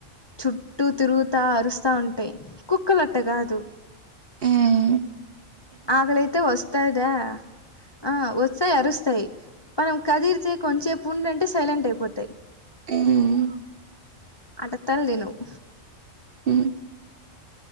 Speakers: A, on the left; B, on the right.
A: చుట్టూ తిరుగుతా అరుస్తా ఉంటా ట్టాయి కుక్కలు అట్టా కాదు
B: ఆమ్
A: ఆకలైతే వస్తతాదా ఆ వత్సాయి అరుస్తాయి మనం కదిరితే కొంచసేపు ఉండంటే సైలెంట్ అయిపోతాయి
B: ఆమ్
A: అటా తల్ తిన్నావ్
B: అమ్